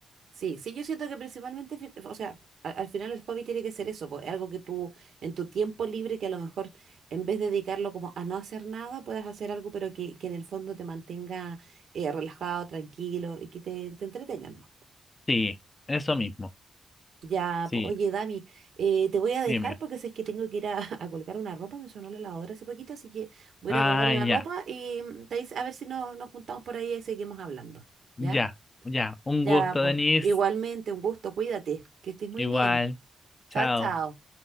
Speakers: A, on the right (about 75°); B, on the left (about 35°).
A: Sí, sí, yo siento que principalmente, fi- o sea, a- al, final el hobby tiene que ser eso, pues, algo que tú en tu tiempo libre, que a lo mejor en vez de dedicarlo como a no hacer nada, puedas hacer algo, pero que, que en el fondo te mantenga eh, relajado, tranquilo y que te, te entretengan.
B: Sí, eso mismo,
A: Ya,
B: sí,
A: po- oye, Dami, eh, te voy a dejar
B: dime.
A: porque sé que tengo que ir a, <laughs> a colgar una ropa, me sonó la lavadora hace poquito, así que voy
B: Ah,
A: a ir a colgar una
B: ya,
A: ropa y mm, te dice- a ver si no, nos juntamos por ahí y seguimos hablando.
B: ya,
A: ¿Ya?
B: ya, un
A: Ya,
B: gusto,
A: pues
B: Denise,
A: igualmente, un gusto, cuídate, que estés muy
B: igual,
A: bien.
B: chao.
A: Chao, chao.